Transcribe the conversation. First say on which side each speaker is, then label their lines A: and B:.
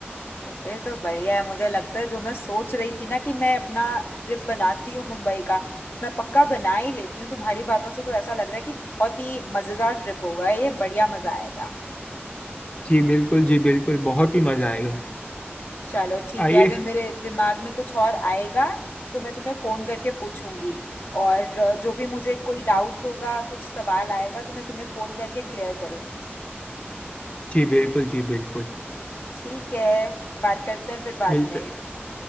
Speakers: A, on the left; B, on the left.
A: तो फिर तो बढ़िया है मुझे लगता है जो मैं सोच रही थी ना कि मैं अपना ट्रिप बनाती हूँ मुंबई का मैं पक्का बना ही लेती हूँ तुम्हारी बातों से तो ऐसा लग रहा है कि बहुत ही मजेदार ट्रिप होगा ये बढ़िया मजा आएगा
B: जी बिल्कुल जी बिल्कुल बहुत ही मजा आएगा
A: चलो ठीक
B: आइए
A: है अगर मेरे दिमाग में कुछ और आएगा तो मैं तुम्हें फोन करके पूछूंगी और अ, जो भी मुझे कोई डाउट होगा कुछ सवाल आएगा तो मैं तुम्हें फोन करके क्लियर करूंगी
B: जी बिल्कुल जी बिल्कुल
A: ठीक है बात करते हैं फिर बाद
B: मिलते
A: में
B: हैं